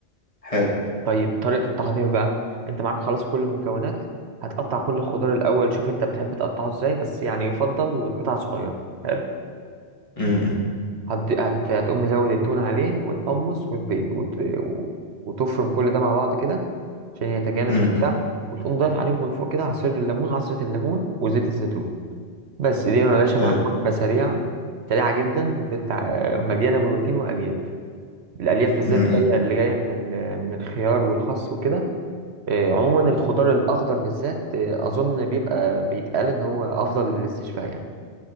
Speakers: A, on the left; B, on the right.
A: حلو
B: طيب طريقه التحضير بقى انت معاك خلاص كل المكونات هتقطع كل الخضار الاول شوف انت بتحب تقطعه ازاي بس يعني يفضل قطع صغيره حلو
A: امم
B: هت... هت... هتقوم مزود التون عليه والحمص والبيض وت... و- وتفرم كل ده مع بعض كده عشان يتجانس
A: امم
B: وبتاع وتقوم ضايف عليهم من فوق كده عصير الليمون عصرة الليمون وزيت الزيتون بس دي يا باشا
A: حلو
B: معاك وجبة سريعة سريعة جدا بتاع مليانة بروتين وألياف الألياف بالذات
A: امم
B: جاية اللي جاية من ال... من الخيار والخس وكده آه، عموما الخضار الأخضر بالذات آه، أظن بيبقى بيتقال إن هو أفضل للاستشفاء يعني